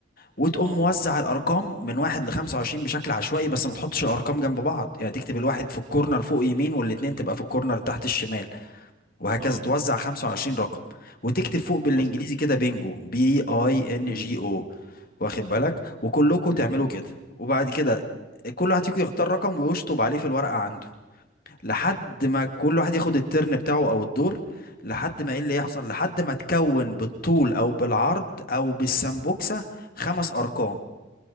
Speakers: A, on the left (about 45°); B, on the right (about 85°).
A: وتقوم
B: اه
A: موزع الارقام من واحد ل 25 بشكل عشوائي بس ما تحطش الارقام جنب بعض يعني تكتب الواحد في الكورنر فوق يمين والاتنين تبقى في الكورنر تحت الشمال وهكذا
B: اه
A: توزع 25 رقم وتكتب فوق بالانجليزي
B: وصل
A: كده بينجو بي اي ان
B: مم.
A: جي او واخد بالك وكلكم
B: مم.
A: تعملوا كده وبعد كده كل واحد فيكم يختار رقم ويشطب عليه في الورقة عنده لحد ما كل واحد ياخد الترن بتاعه او الدور لحد ما ايه اللي يحصل لحد ما تكون بالطول او بالعرض او بالسمبوكسة خمس ارقام